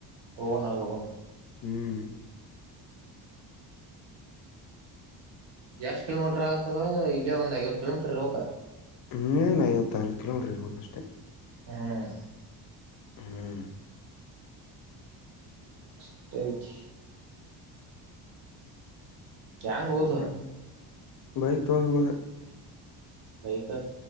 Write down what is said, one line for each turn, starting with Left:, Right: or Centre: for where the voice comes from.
Right: ಹೋಗುನ್ ಅಳ್ ಹೋಗುನ್.
Left: ಹ್ಮ್.
Right: ಎಷ್ಟ್ ಕಿಲೋಮೀಟರ್ ಆಗತದ ಇಲ್ಲೇ ಒಂದ್ ಐವತ್ತ ಕಿಲೋಮೀಟರ್ ಇರಬೇಕ.
Left: ಹ್ಮ ಐವತ್ತಾರತ್ತು ಕಿಲೋಮೀಟರ್ ಇರ್ಬೇಕಕ್ ಅಷ್ಟೆ
Right: ಹ್ಮ್
Left: ಹ್ಮ್
Right: ಅಷ್ಟೈಜ ಕೆ್ಯಾಂಗ್ ಹೋದ
Left: ಹ್ಮ್ ಬೈಕ್ ತಗೊಂಡಬೋದ
Right: ಬೈಕ